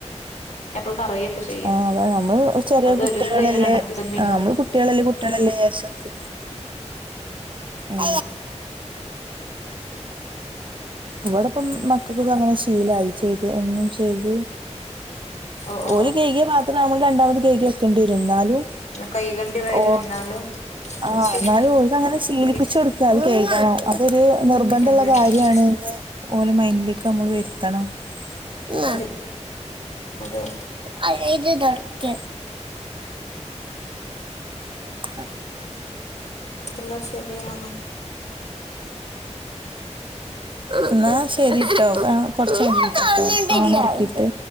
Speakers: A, on the left (about 75°); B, on the right (about 45°).
A: എപ്പളും പറയൊക്കെ ചെയ്യും
B: ആഹ് അതെ നമ്മള് ചെറിയ
A: അത്
B: കുട്ടികളല്ലേ
A: ഒരുസം ചെയ്യും രണ്ടാമത്തെ ദിവസം പിന്നെ
B: ആഹ് നമ്മള് കുട്ടികളല്ലേ കുട്ടികളല്ലേ വിചാരിച്ച് ഉം ഇവിടിപ്പം മക്കക്കോ ഇപ്പൊ അങ്ങനെ ശീലായി ചെയ്ത് എന്നും ചെയ്ത്
A: ഓ ഓ
B: ഓര് കഴുകിയ പാത്രം നമ്മൾ രണ്ടാമത് കഴുകി വെക്കേണ്ടി വരും എന്നാലും.
A: കൈകണ്ടി വരും
B: ഓ
A: എന്നാലും
B: ആഹ്
A: അത് ശരിയാണ്
B: എന്നാലും ഓല്ക്ക് അങ്ങനെ ശീലിപ്പിച്ചു
A: പി
B: കൊടുക്കാ അത് കഴുകണം ഇതൊരു നിർബന്ധമുള്ള
A: അതെ
B: കാര്യാണ്ന്ന് ഓലെ മൈൻഡിലേക്ക് നമ്മൾ വരുത്തണം ഉമ്മ
A: അതെ അതെ
B: അ ഇത് ദൊരക്കക്ക <unintelligible>
A: അനക്കുള്ളത് ശരി ആണൊ
B: എന്നാ ശെരിട്ടോ കൊറച്ച് കഴിഞ്ഞിട്ട് വിളിക്കാം
A: ഓക്കെ
B: മോനെ ഉറക്കിയിട്ട്